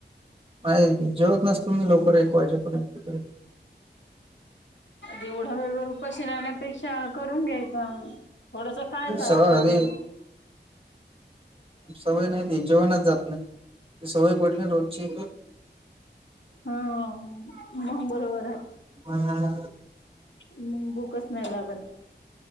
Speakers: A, on the right; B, on the left.
A: होय जेवत नसतो मी लवकर एक वाजेपर्यंतकडे.
B: एवढा वेळ भर उपाशी राहण्या पेक्षा करून घ्यायच थोडस खायचं आता
A: सवय
B: <unintelligible>
A: सवय नाही ती जेवणच जात नाही ती सवय पडली ना रोजची
B: हा मंग बरोबर आहे
A: हा
B: मंग भूकच नाही लागत